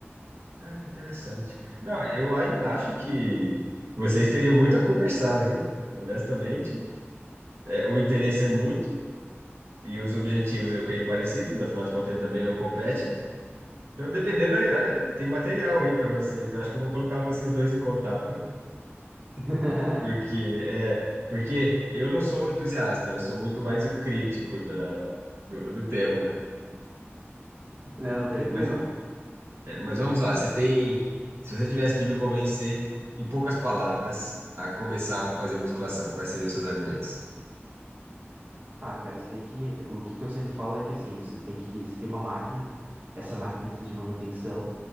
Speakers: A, on the right; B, on the right.
A: Ah, que interessante. Não, eu ainda acho que vocês teriam muito a conversar, viu? Honestamente, é, o interesse é mútuo e os objetivos eu creio parecidos, afinal de contas ele também não compete. Eu, dependendo, aí- aí tem material aí para vocês. Eu acho que eu vou colocar vocês dois em contato,
B: <laughs>
A: porque é, porque eu não sou o entusiasta, eu sou muito mais o crítico da, do, do tema.
B: Não, tranquilo.
A: Mas, vamos- é, mas vamos lá, você tem, se você tivesse de me convencer em poucas palavras a começar a fazer musculação, quais seriam os seus argumentos?
B: Ah, cara, você tem que. O que que eu sempre falo é que assim, você tem que. Você tem uma máquina, essa máquina precisa de manutenção